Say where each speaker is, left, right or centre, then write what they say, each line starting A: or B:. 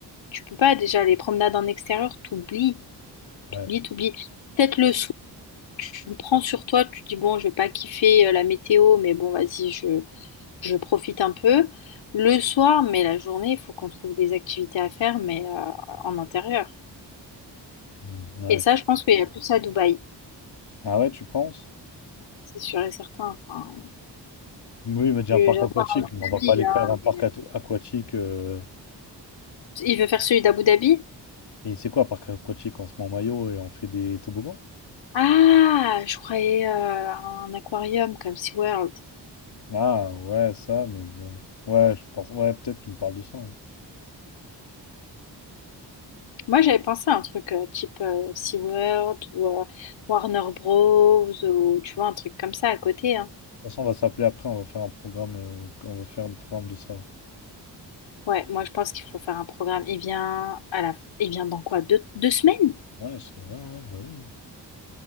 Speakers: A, on the left (about 85°); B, on the left (about 65°).
A: Tu peux pas. Déjà, les promenades en extérieur, t'oublies. T'oublies,
B: Ouais.
A: t'oublies. Peut-être le soir, tu me prends sur toi, tu dis, bon, je vais pas kiffer euh, la météo, mais bon, vas-y, je... je profite un peu. Le soir, mais la journée, il faut qu'on trouve des activités à faire, mais euh, en intérieur.
B: Mm, ouais,
A: Et ça,
B: je-
A: je pense qu'il y a plus à Dubaï,
B: Ah ouais, tu penses?
A: c'est sûr et certain. Enfin,
B: Oui, il m'a dit
A: je-
B: un parc
A: j'adore
B: aquatique,
A: Abu
B: mais
A: Dhabi,
B: on va pas aller
A: hein,
B: faire un parc
A: mais-
B: ato- aquatique. euh,
A: Il veut faire celui d'Abu Dhabi?
B: Et c'est quoi, un parc aquatique? On se met en maillot et on fait des toboggans?
A: Ah, je croyais euh, un aquarium comme SeaWorld.
B: Ah ouais, ça, mais bon. Ouais, je pense. Ouais, peut-être qu'il me parle de ça. hein.
A: Moi, j'avais pensé à un truc euh, type euh, SeaWorld ou euh, Warner Bros. ou tu vois, un truc comme ça à côté. hein.
B: De toute façon, on va s'appeler après, on va faire un programme, euh, on va faire le programme de ça.
A: Ouais, moi, je pense qu'il faut faire un programme. Il vient à la... Il vient dans quoi? Deux, deux semaines?
B: Ouais, c'est ouais, ouais, bah oui. hein.